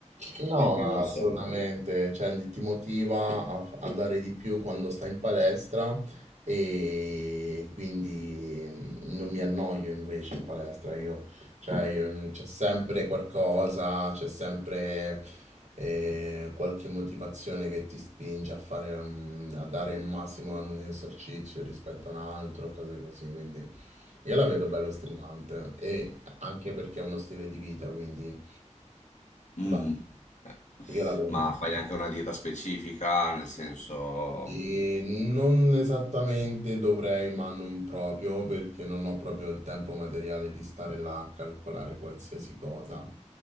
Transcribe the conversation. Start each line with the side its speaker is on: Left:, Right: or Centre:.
Right: No,
Left: di più,
Right: no,
Left: insomma.
Right: assolutamente, cioè, ti ti motiva a, f- a dare di più quando stai in palestra e quindi mm, non mi annoio invece in palestra, io, cioè, io, mm, c'è sempre qualcosa, c'è sempre eh, qualche motivazione che ti spinge a fare, mm, a dare il massimo ad un esercizio rispetto a un altro, cose così, quindi... Io la vedo bella stimolante e anche perché è uno stile di vita, quindi
Left: Mm.
Right: bah,
Left: Eh.
Right: io la prendo
Left: Ma
Right: per
Left: fai
Right: così.
Left: anche una dieta specifica, nel senso...
Right: E non esattamente dovrei, ma non proprio, perché non ho proprio il tempo materiale di stare là a calcolare qualsiasi cosa.